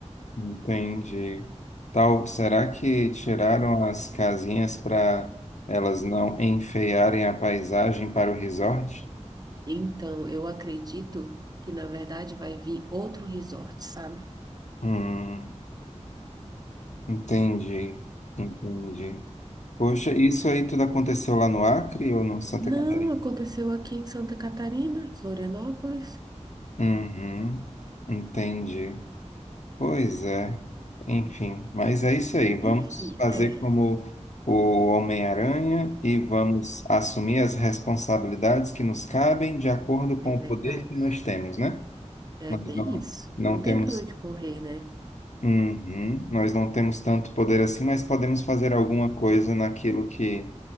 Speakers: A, on the left; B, on the right.
A: Entendi. Tal, será que tiraram as casinhas para elas não enfeiarem a paisagem para o resort?
B: Então, eu acredito que, na verdade, vai vir outro resort, sabe?
A: Hum, entendi, entendi. Poxa, isso aí tudo aconteceu lá no Acre ou no Santa
B: Não,
A: Catarina?
B: aconteceu aqui em Santa Catarina, Florianópolis.
A: Uhum, entendi. Pois é, enfim, mas é isso aí. Vamos
B: Enfim,
A: fazer
B: é,
A: como o Homem-Aranha e vamos assumir as responsabilidades que nos cabem de acordo com
B: é verdade.
A: o poder que nós temos, né?
B: É
A: Nós
B: bem
A: não,
B: isso.
A: não
B: Não tem
A: temos,
B: pra onde correr, né?
A: Uhum, nós não temos tanto poder assim, mas podemos fazer alguma coisa naquilo que